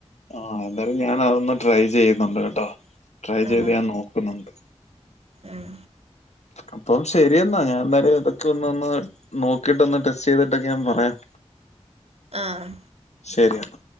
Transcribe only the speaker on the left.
ആഹ് എന്തായാലും ഞാൻ അതൊന്ന് ട്രൈ ചെയ്യുന്നുണ്ട് കേട്ടോ. ട്രൈ ചെയ്ത്
ഞാൻ നോക്കുന്നുണ്ട്
അപ്പം ശെരി. ശെരി എന്നാ ഞാൻ എന്തായാലും ഇതൊക്കെ ഒന്ന് ഒന്ന് നോക്കിയിട്ട് ഒന്ന് ടെസ്റ്റ് ചെയ്തിട്ടൊക്കെ ഞാൻ പറയാം.
ശെരി എന്നാ.